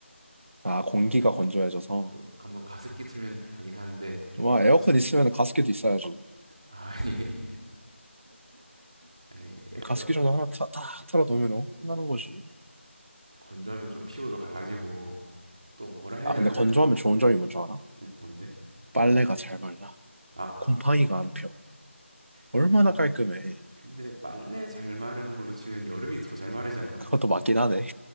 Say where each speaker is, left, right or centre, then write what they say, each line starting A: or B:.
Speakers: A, on the right (about 70°); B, on the right (about 25°).
A: 아, 공기가 건조해져서.
B: 그리고 뭐 가습기 틀면 하긴 하는데 좀
A: 와,
B: 그렇죠
A: 에어컨 있으면 가습기도 있어야지.
B: <laughs> 아니 아니 에어
A: 가습기 정도 하나 타, 딱 틀어놓으면 끝나는 거지.
B: 건조하면 좀 피부도 갈라지고 또 뭐라 해야
A: 아,
B: 되나
A: 근데 건조하면
B: 살
A: 좋은 점이 뭔 줄 알아?
B: 음, 뭔데?
A: 빨래가 잘 말라.
B: 아,
A: 곰팡이가 안 펴. 얼마나
B: 근
A: 깔끔해.
B: 근데 빨래 잘 마르는 걸로 치면 여름이 더 잘 마르지 않나?
A: 그것도 맞긴 하네.